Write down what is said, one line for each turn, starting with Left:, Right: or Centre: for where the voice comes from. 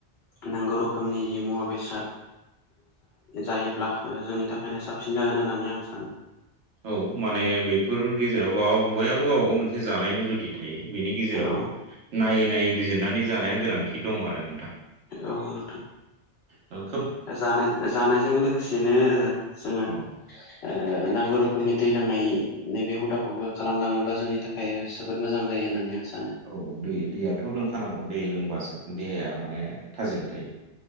Left: नांगौ रोखोमनि जि मुवा बेसाद जायोब्ला जोंनि थाखायनो साबसिन जागोन होननानै आं सानो।
Right: औ माने बेफोर गेजेराव बाव बयहाबो गावबा गाव मोनसे जानायनो जुथि बिनि गेजेरावबो
Left: औ
Right: नायै नायै बिजिरनानै जानाया गोनांथि दं आरो।
Left: औ नोंथां
Right: औ
Left: जानाय जानायजों लोगोसेनो जोङो
Right: औ
Left: ओ नांगौ रोखोमनि दै लांनाय नैबे हुदाखौबो खालामलाङोब्ला जोंनि थाखाय जोबोद मोजां जायो होननानै आं सानो
Right: औ दै दैयाथ लोंखानांगौ दै लोंबासो देहाया माने थाजिम थायो।